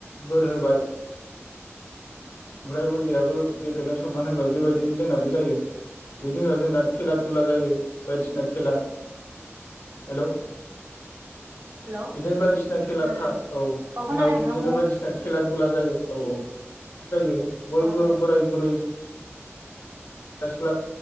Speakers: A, on the left (about 80°); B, on the right (about 80°).
A: बोर होबाय ओमफ्राय उन्दैयाबो गेदेरनो सनमान होबाय बेबायदिनो जोंनाबो जायो बेनि उनाव जोंना खेला दुला जायो बायदिसिना खेला। हेलौ।
B: हेलौ
A: बिदिनो बायदिसिना खेला
B: उम
A: खार औ
B: अ खोनादों
A: जोंनावो
B: नोंथां
A: बिदिनो
B: बुं
A: बायदिसिना खेला दुला। जायो औ औ। जायो बयबो
B: अ अ
A: बोराय बुरै। सेंग्रा सिख्ला